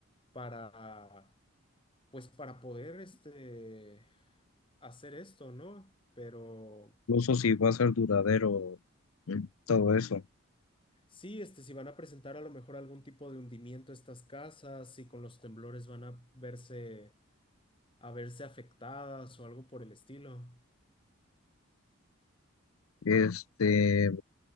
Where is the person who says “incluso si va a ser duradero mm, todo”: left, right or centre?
Left